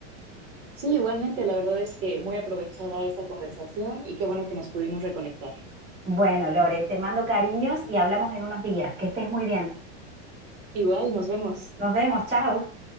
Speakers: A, on the right; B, on the right.
A: Sí, igualmente, la verdad es que muy aprovechada esta conversación y qué bueno que nos pudimos reconectar.
B: Bueno, Lore, te mando cariños y hablamos en unos días. Que estés muy bien.
A: Igual, nos vemos.
B: Nos vemos, chao.